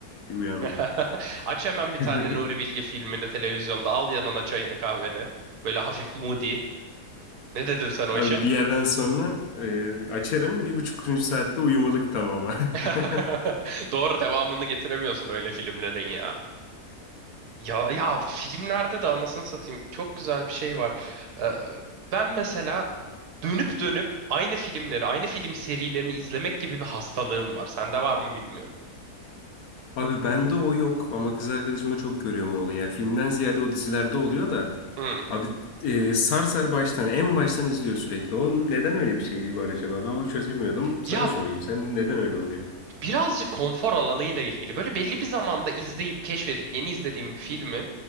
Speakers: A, on the left; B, on the right.
A: uyandım.
B: <laughs> aç hemen
A: <laughs>
B: bir tane Nuri Bilge filmini televizyonda al yanına çayını kahveni. Böyle hafif moody. Ne dedin sen o
A: Abi
B: işe?
A: bir yerden sonra e, açarım bir buçuk buçukuncu saatte uyumalık tamam.
B: <laughs>
A: <laughs>
B: Doğru devamını getiremiyorsun öyle filmlerin ya. Ya ya filmlerde de anasını satayım çok güzel bir şey var. Ee, ben mesela dönüp dönüp aynı filmleri, aynı film serilerini izlemek gibi bir hastalığım var. Sende var mı bilmiyorum.
A: Abi bende o yok ama kız arkadaşımda çok görüyorum o olayı. Yani filmden ziyade o dizilerde oluyor da.
B: Hı.
A: Abi e, sar sar baştan en baştan izliyor sürekli. O neden öyle bir şey var acaba? Ben onu çözemiyordum.
B: Ya
A: Sana sorayım. Sen neden öyle oluyor?
B: birazcık konfor alanıyla ilgili böyle belli bir zamanda izleyip keşfedip yeni izlediğim bir filmi